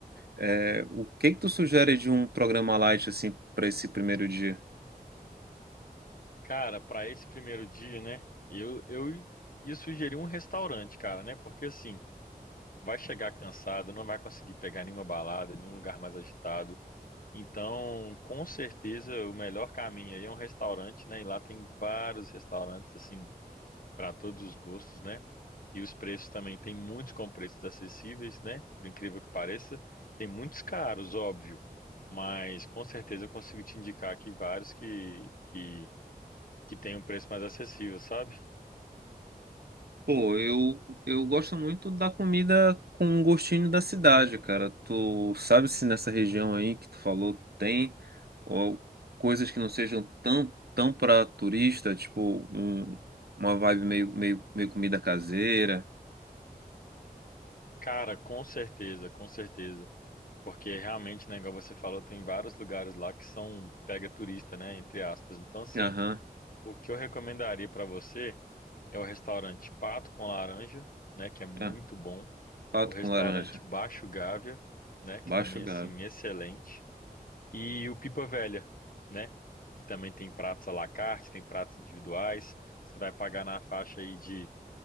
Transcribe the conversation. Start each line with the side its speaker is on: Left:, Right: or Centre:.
Right: é, o que que tu sugere de um programa light, assim, para esse primeiro dia?
Left: Cara, para esse primeiro dia, né? Eu, eu ia sugerir um restaurante, cara, né? Porque assim, vai chegar cansado, não vai conseguir pegar nenhuma balada, nenhum lugar mais agitado. Então, com certeza, o melhor caminho aí é um restaurante, né? E lá tem vários restaurantes, assim, para todos os gostos, né? E os preços também, tem muitos com preços acessíveis, né? Por incrível que pareça, tem muitos caros, óbvio. Mas com certeza eu consigo te indicar aqui vários que, que que tem um preço mais acessível, sabe?
Right: Pô, eu, eu gosto muito da comida com um gostinho da cidade, cara. Tu sabe se nessa região aí que tu falou tem ó, coisas que não sejam tão, tão pra turista, tipo um- uma vibe meio, meio, meio comida caseira.
Left: Cara, com certeza, com certeza. Porque realmente, né, igual você falou, tem vários lugares lá que são pega turista, né, entre aspas. Então, assim,
Right: Aham,
Left: o que eu recomendaria pra você é o restaurante Pato com Laranja, né, que é muito
Right: é,
Left: bom.
Right: pato
Left: O restaurante
Right: com laranja,
Left: Baixo Gávea, né, que
Right: baixo
Left: também, assim,
Right: Gabi.
Left: excelente. E o Pipa Velha, né, que também tem pratos à la carte, tem pratos individuais. Você vai pagar na faixa aí de